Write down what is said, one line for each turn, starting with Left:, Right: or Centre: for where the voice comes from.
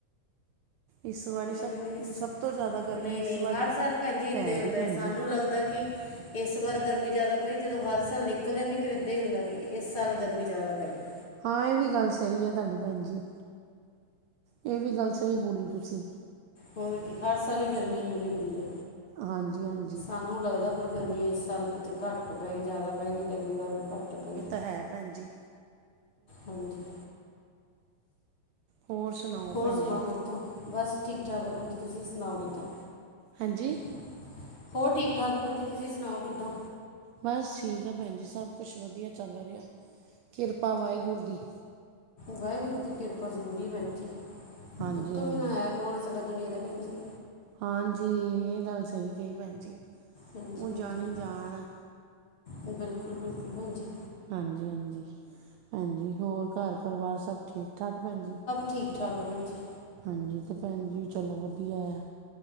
Right: ਇਸ ਵਾਰੀ
Left: ਗਰਮੀ
Right: ਸਭ
Left: ਨੇਂ ਇ
Right: ਸਭ ਤੋਂ ਜ਼ਿਆਦਾ ਗਰਮੀ
Left: ਨਈਂ
Right: ਇਸ
Left: ਨਈਂ,
Right: ਵਾਰੀ
Left: ਹਰ ਸਾਲ ਭੈਣ ਜੀ ਇਦਾਂ
Right: ਪੈ
Left: ਈ ਹੁੰਦਾ
Right: ਰਹੀ ਭੈਣ
Left: ਐ, ਸਾਨੂੰ
Right: ਜੀ
Left: ਲੱਗਦਾ ਕਿ ਇਸ ਵਾਰ ਗਰਮੀ ਜ਼ਿਆਦਾ ਪਈ, ਜਦੋਂ ਹਰ ਸਾਲ ਨਿਕਲ ਜਾਂਦੀ ਫੇਰ ਏਦਾਂ ਹੀ ਹੁੰਦਾ ਕਿ ਇਸ ਸਾਲ ਗਰਮੀ ਜ਼ਿਆਦਾ ਪੈਗੀ।
Right: ਹਾਂ ਇਹ ਵੀ ਗੱਲ ਸਹੀ ਐ ਤੁਹਾਡੀ ਭੈਣ ਜੀ, ਇਹ ਵੀ ਗੱਲ ਸਹੀ ਬੋਲੀ ਤੁਸੀਂ
Left: ਹੋਰ ਕੀ? ਹਰ ਸਾਲ ਹੀ ਗਰਮੀ ਇੰਨੀ ਹੁੰਦੀ ਆ।
Right: ਹਾਂਜੀ ਹਾਂਜੀ।
Left: ਸਾਨੂੰ ਲੱਗਦਾ ਪਰ ਗਰਮੀ ਇਸ ਸਾਲ ਕੁਝ ਘੱਟ ਪੈ ਗਈ, ਜ਼ਿਆਦਾ ਪੈ ਗਈ, ਤੇ ਅਗਲੀ ਵਾਰ ਵੀ ਘੱਟ ਪਈ।
Right: ਹੈਂ ਭੈਣਜੀ।
Left: ਹਾਂਜੀ,
Right: ਹੋਰ ਸੁਣਾਓ
Left: ਹੋਰ
Right: ਭੈਣ
Left: ਸੁਣਾਓ
Right: ਜੀ
Left: ਕਿੱਦਾਂ? ਬਸ, ਠੀਕ-ਠਾਕ ਆ ਪੈਂਜੀ, ਤੁਸੀ ਸੁਨਾਓ ਕਿੱਦਾਂ?
Right: ਹਾਂਜੀ।
Left: <unintelligible> ਹੋਰ, ਠੀਕ-ਠਾਕ ਆ ਪੈਂਜੀ, ਤੁਸੀ ਸੁਨਾਓ ਕਿੱਦਾਂ?
Right: ਬਸ, ਠੀਕ ਆ ਪੈਂਜੀ। ਸਭ ਕੁੱਛ ਵਦੀਆ ਚੱਲ ਰੇਆ, ਕਿਰਪਾ ਵਾਹਿਗੁਰੂ ਦੀ।
Left: ਵਾਹਿਗੁਰੂ ਦੀ ਕਿਰਪਾ ਜ਼ਰੂਰੀ ਏ ਪੈਂਜੀ,
Right: ਹਾਂਜੀ
Left: ਉੱਤੋ
Right: ਹਾਂਜੀ
Left: ਬਿਨਾਂ ਆਯਾ ਕੌਨ ਸਾਡਾ ਦੁਨੀਆ ਤੇ ਪੈਂਜੀ।
Right: ਹਾਂਜੀ, ਏ ਗੱਲ ਸਈ ਕਈ ਪੈਂਜੀ।
Left: ਹਾਂਜੀ
Right: ਓ
Left: ਭੈਣ
Right: ਜਾਣੀ-ਜਾਣ
Left: ਜੀ
Right: ਐ।
Left: ਬਿਲਕੁਲ, ਬਿਲਕੁਲ ਪੈੰਜੀ।
Right: ਹਾਂਜੀ, ਹਾਂਜੀ, ਹਾਂਜੀ ਹੋਰ ਘਰ ਪਰਿਵਾਰ ਸਭ ਠੀਕ-ਠਾਕ ਪੈਂਜੀ?
Left: ਠੀਕ-ਠਾਕ ਆ, ਪੈਂਜੀ।
Right: ਹਾਂਜੀ, ਤੇ ਪੈਂਜੀ ਚਲੋ ਵਦੀਐ।